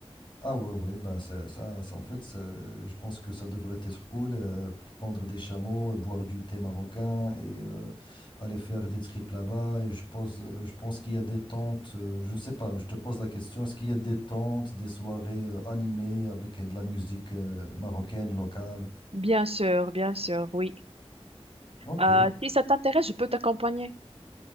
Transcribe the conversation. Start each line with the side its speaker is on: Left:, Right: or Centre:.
Left: Ah ouais, ouais, bah ça, ça, ça, en fait, ça- je pense que ça devrait être cool, euh, prendre des chameaux, boire du thé marocain et euh, aller faire des trips là-bas. Et je pose, euh, je pense qu'il y a des tentes, euh, je ne sais pas, je te pose la question, est-ce qu'il y a des tentes, des soirées euh, animées avec euh, de la musique euh, marocaine locale?
Right: Bien sûr, bien sûr, oui.
Left: Ok.
Right: Euh, si ça t'intéresse, je peux t'accompagner.